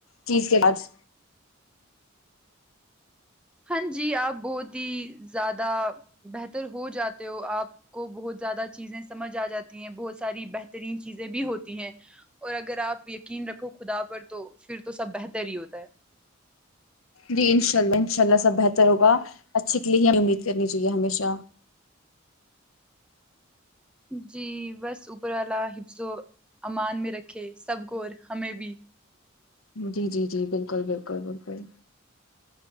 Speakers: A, on the left; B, in the centre.
A: چیز کے بعد
B: ہاں جی آپ بہت ہی زیادہ بہتر ہو جاتے ہو آپ کو بہت زیادہ چیزیں سمجھ آ جاتی ہیں بہت ساری بہترین چیزیں بھی ہوتی ہیں اور اگر آپ یقین رکھو خدا پر تو پھر تو سب بہتر ہی ہوتا ہے
A: جی انشاء اللہ انشاء اللہ سب بہتر ہوگا اچھے کے لیے ہی ہمیں امید کرنی چاہیے ہمیشہ
B: جی بس اوپر والا حفظ و امان میں رکھے سب ور ہمیں بھی
A: جی جی جی بالکل بالکل بالکل